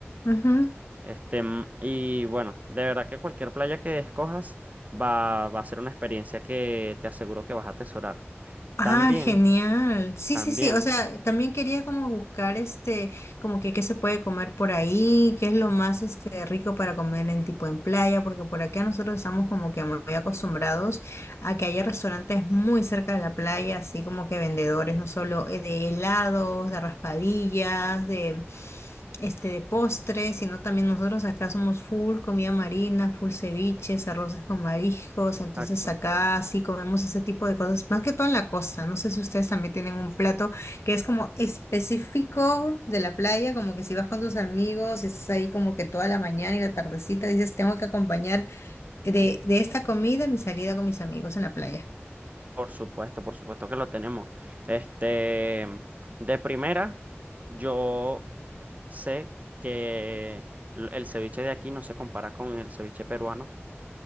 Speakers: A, on the left; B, on the right.
A: Ujú.
B: Este, mm, y bueno, de verdad que cualquier playa que escojas va, va a ser una experiencia que te aseguro que vas a atesorar.
A: Ah,
B: También,
A: genial. Sí,
B: también,
A: sí, sí. O sea, también quería como buscar este, como que qué se puede comer por ahí, qué es lo más este rico para comer en tipo en playa, porque por acá nosotros estamos como que muy acostumbrados Aquí hay restaurantes muy cerca de la playa, así como que vendedores, no solo eh, de helados, de raspadillas, de, este, de postres, sino también nosotros acá somos full comida marina, full ceviches, arroces con mariscos, entonces
B: exacto,
A: acá sí comemos ese tipo de cosas, más que todo en la costa. No sé si ustedes también tienen un plato que es como específico de la playa, como que si vas con tus amigos y estás ahí como que toda la mañana y la tardecita, dices, tengo que acompañar. De, de esta comida, mi salida con mis amigos en la playa.
B: por supuesto, por supuesto que lo tenemos. Este, mm, de primera, yo sé que l- el ceviche de aquí no se compara con el ceviche peruano,